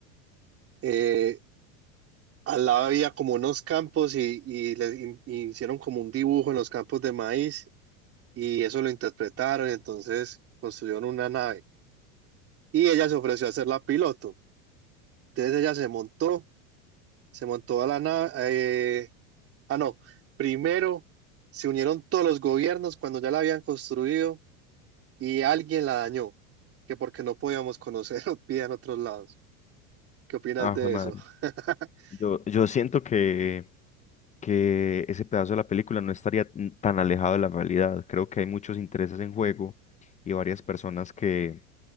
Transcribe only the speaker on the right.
eh, al lado había como unos campos y, y le y- y hicieron como un dibujo en los campos de maíz y eso lo interpretaron, entonces construyeron una nave y ella se ofreció a ser la piloto. Entonces ella se montó, se montó a la nave. eh, Ah, no. Primero se unieron todos los gobiernos cuando ya la habían construido y alguien la dañó, que porque no podíamos conocer <laughs> vida en otros lados. ¿Qué opinas
de
eso? <laughs>